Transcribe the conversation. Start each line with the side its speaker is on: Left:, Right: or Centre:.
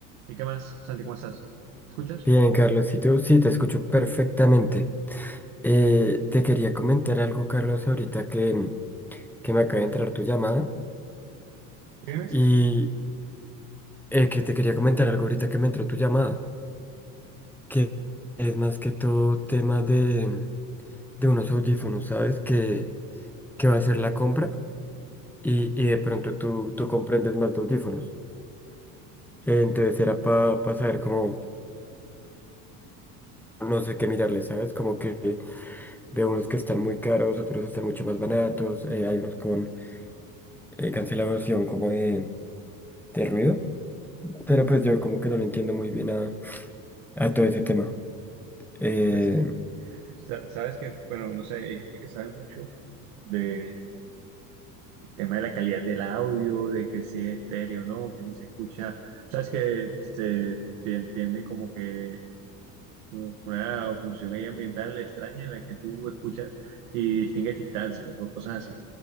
Right: ¿Y qué más, Santi? ¿Cómo estás? ¿Escuchas?
Centre: Bien, Carlos, y tú sí, te escucho perfectamente. Eh, te quería comentar algo, Carlos, ahorita que, mm, que me acaba de entrar tu llamada.
Right: Dime,
Centre: Y eh, que te quería comentar algo ahorita que me entró tu llamada, que es más que todo tema de, mm, de unos audífonos, ¿sabes? Que, que va a ser la compra y, y de pronto tú, tú comprendes más de audífonos. Eh, entonces era para saber cómo, no sé qué mirarle, ¿sabes? Como que veo unos que están muy caros, otros están mucho más baratos, eh, hay unos con eh, cancelación como de, de ruido, pero pues yo como que no le entiendo muy bien a, a todo ese tema. Eh,
Right: pues, <laughs> sa- sabes que, bueno, no sé, hay gente que sabe mucho del tema de la calidad del audio, de que si es estéreo o no, que si se escucha, sabes que se te entienden como que como una oclusión ahí ambiental extraña en la que tú escuchas y distingues distancias o cosas así.